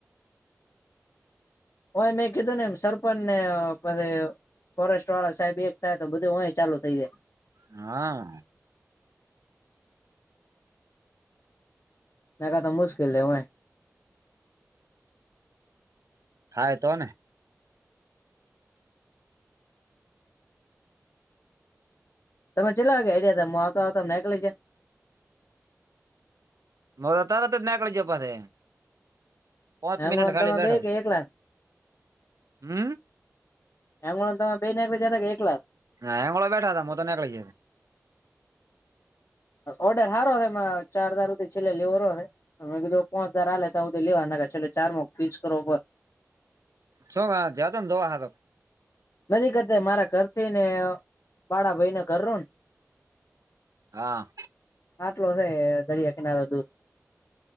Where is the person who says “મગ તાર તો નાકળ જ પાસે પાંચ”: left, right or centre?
Right